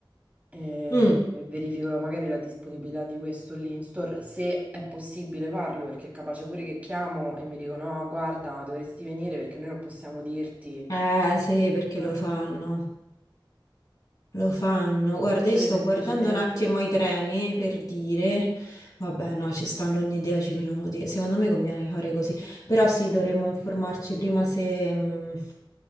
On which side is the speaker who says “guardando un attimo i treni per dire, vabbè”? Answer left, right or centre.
Left